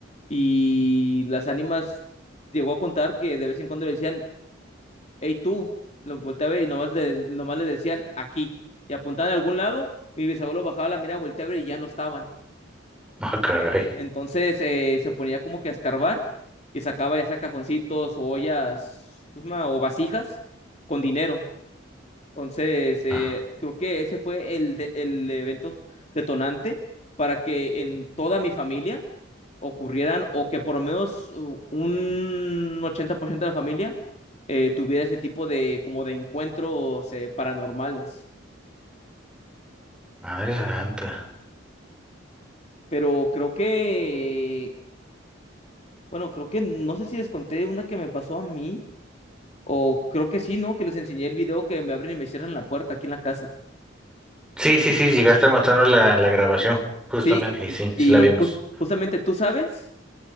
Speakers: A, on the left (about 30°); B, in the centre.
A: y las ánimas llegó a contar que de vez en cuando le decían, hey tú, lo volteaba y nomás le, nomás le decían aquí y apuntaban a algún lado, mi bisabuelo bajaba la mirada, volteaba y ya no estaban.
B: Ah, caray.
A: Entonces eh, se ponía como que a escarbar y sacaba ya sea cajoncitos o ollas, ¿cómo se llama? o vasijas con dinero. Entonces, eh,
B: Ah,
A: creo que ese fue el, de- el evento detonante para que en toda mi familia ocurrieran o que por lo menos u- un 80% de la familia eh, tuviera ese tipo de como de encuentros eh, paranormales.
B: madre santa.
A: Pero creo que, bueno, creo que no sé si les conté una que me pasó a mí o creo que sí, ¿no? Que les enseñé el video que me abren y me cierran la puerta aquí en la casa.
B: Sí, sí, sí, llegaste a mostrarnos la, la grabación justamente
A: Sí,
B: y sí,
A: y
B: sí la vimos.
A: jus- justamente tú sabes.